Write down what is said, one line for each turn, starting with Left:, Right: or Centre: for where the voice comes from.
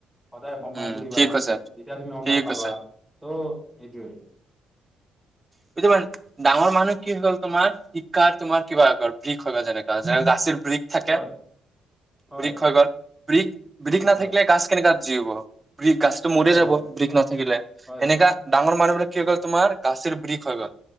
Centre: সদায় সন্মান
Right: উম
Centre: কৰিবা
Right: ঠিক কৈছা
Centre: তেতিয়া তুমি সন্মান
Right: ঠিক
Centre: পাবা
Right: কৈছা
Centre: ত' এইটোৱে
Right: সটো মানে ডাঙৰ মানুহ কি হৈ গ'ল তোমাৰ শিক্ষাৰ তোমাৰ কিবা বিৃষ হয় যেনেককা যেনে গাচীৰ ৰিক থাকে
Centre: হয় হয়
Right: বৰিক হৈ গ'ল প্ৰ বিধষ নাথাকিলে
Centre: হয়
Right: গাছ কেনেককা যিিব বিষ গাছতটো মৰি
Centre: হয়
Right: যাব
Centre: হয়
Right: বিষ নাথাকিলে
Centre: হয়
Right: এনেককা
Centre: হয়
Right: ডাঙৰ মানুহবিলাক কি গ'ল তোমাৰাশীৰ পৰি খ গ